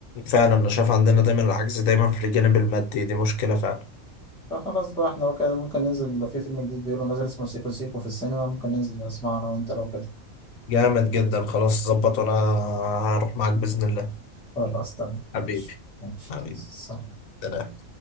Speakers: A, on the left; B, in the centre.
A: فعلا أنا شايف عندنا دايما العجز دايما في الجانب المادي دي مشكلة فعلا
B: فخلاص بقى احنا كده ممكن ننزل لو في فيلم جديد بيقولوا نازل اسمه سيكو سيكو في السينما ممكن ننزل نسمعه انا وانت لو كده
A: جامد جدا خلاص ظبط وأنا هروح معاك بإذن الله
B: خلاص تمام
A: حبيبي
B: ماشي ماشي
A: حبيبي
B: سلام
A: سلام